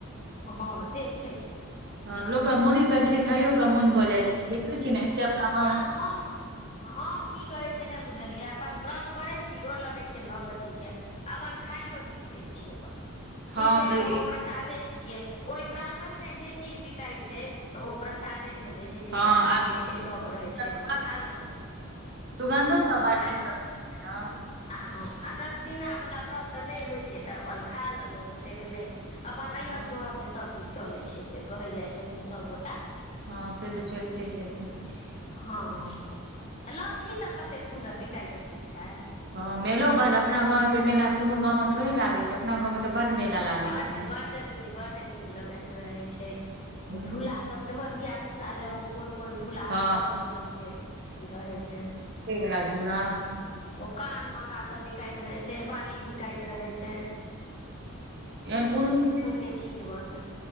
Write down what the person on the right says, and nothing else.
ह लोक के मुरहि कचरी खाइयो कऽ मोन भऽ जाइ छै देखै छी ने एते अपना
हँ
एक-
हँ आ
सुगन्ध-
सुगन्धो सब बड
नीक सब हँ
हँ
हँ से तऽ चलितै छैथि
हँं मेलो बड अपना गावं मेला कोनो गां थोड़े लागे छै अपना गावंऽ बड मेला लागै
छै
हूँ
हँ
वला झूरा
एहन कोनो ची